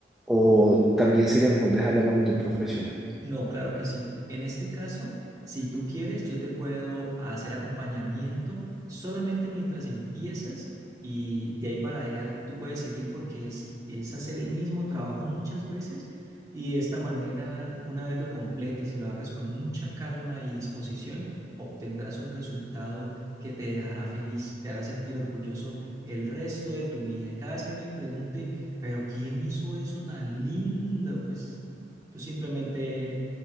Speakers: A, in the centre; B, on the right (about 20°).
A: ¿O también sería mejor dejarlo a manos de un profesional?
B: No, claro que sí. En este caso, si tú quieres, yo te puedo hacer acompañamiento solamente mientras empiezas y de ahí para allá tú puedes seguir porque es, es hacer el mismo trabajo muchas veces y de esta manera, una vez lo completes y lo hagas con mucha calma y disposición, obtendrás un resultado que te dejará feliz, te hará sentir orgulloso el resto de tu vida. Y cada vez que alguien pregunte, pero ¿quién hizo eso tan lindo? Pues... Tú simplemente